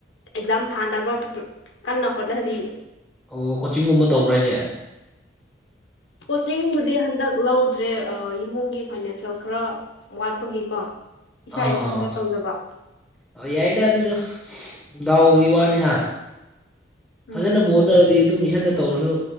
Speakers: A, on the left; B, in the centre.
A: ꯑꯦꯛꯖꯥꯝ ꯊꯥꯅꯕ ꯀꯟꯅ ꯍꯣꯠꯅꯔꯤꯌꯦ
B: ꯑꯣ ꯀꯣꯆꯤꯡꯒꯨꯝꯕ ꯇꯧꯕ꯭ꯔꯥ ꯍꯥꯏꯁꯦ
A: ꯀꯣꯆꯤꯡꯕꯨꯗꯤ ꯍꯟꯗꯛ ꯂꯧꯗ꯭ꯔꯦ ꯏꯃꯨꯡꯒꯤ ꯐꯥꯏꯅꯥꯟꯁꯤꯌꯦꯦꯜ ꯈꯔ ꯋꯥꯠꯄꯒꯤꯀꯣ ꯏꯁꯥ
B: ꯑꯥ
A: ꯏꯊꯟꯇ ꯇꯧꯖꯕ
B: ꯑꯣ ꯌꯥꯏꯗ ꯑꯗꯨꯁꯨ ꯗꯥꯎꯒꯤ ꯋꯥꯅꯤꯍ
A: ꯎꯝ
B: ꯐꯖꯅ ꯕꯣꯅꯔꯗꯤ ꯑꯗꯨꯝ ꯏꯁꯟꯗ ꯇꯧꯔꯁꯨ